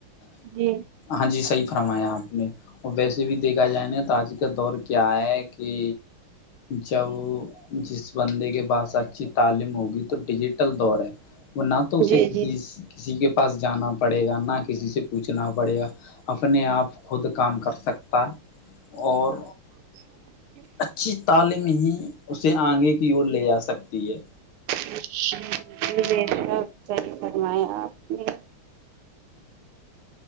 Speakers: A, on the right; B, on the left.
A: جی
B: ہاں جی صحیح فرمایا آپ نے اور ویسے بھی دیکھا جائے نا تو آج کا دور کیا ہے کی جب جس بندے کے پاس اچھی تعلیم ہوگی تو ڈیجیٹل دور ہے وہ نہ تو اسے
A: جی
B: کسی
A: جی جی
B: کسی کے پاس جانا پڑے گا نہ کسی سے پوچھنا پڑے گا اپنے آپ خود کام کر سکتا اور
A: <inaudible>
B: اچھی تعلیم ہی اسے آگے کی اور لے جا سکتی ہے
A: <unintelligible> صحیح فرمائے آپ نے